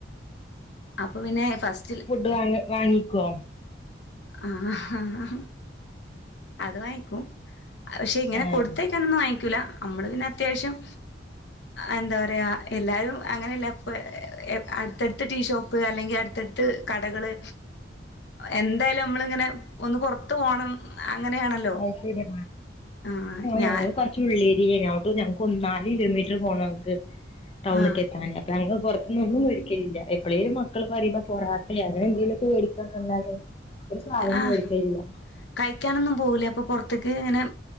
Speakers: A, on the left; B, on the left.
A: അപ്പോ പിന്നെ ഫസ്റ്റിൽ
B: വാ വാങ്ങിക്കോ?
A: ആഹ് അത് വാങ്ങിക്കും. പക്ഷെ ഇങ്ങനെ
B: ആഹ്
A: കൊടുത്തേക്കനൊന്നും വാങ്ങിക്കൂല നമ്മള് പിന്നെ അത്യാവശ്യം എന്താ പറയാ എല്ലാരും അങ്ങനെയല്ലപ്പ അടുത്തടുത്ത് ടീഷോപ്പ് അല്ലെങ്കിൽ അടുത്തടുത്ത് കടകള് എന്തായാലും നമ്മള ങ്ങനെ ഒന്ന് പൊറത്ത് പോണം അങ്ങനെയാണല്ലോ?
B: അയ് ശരിയാ
A: ആഹ് ഞാൻ
B: ഞങ്ങളു <unintelligible> ഉള്ളേരിയെണ് ഞക്ക് ഒ നാല് കിലോമീറ്റർ പോണം ക്ക് ടൗണക്ക്
A: ആഹ്
B: എത്താന്. ഞങ്ങൾ പുറത്തുന്നോന്നും മേടിക്കില്ല എപ്പഴേലും മക്കള് പറയ്മ്പോ പൊറട്ട അങ്ങനെന്തേലൊക്കെ മേടിക്കാന്നല്ലാതെ ഒരു സാധനം
A: ആഹ്
B: മേടിക്കലില്ല
A: കഴിക്കാനൊന്നും പോവൂലേ അപ്പൊ പൊറത്ത്ക്ക് ഇങ്ങനെ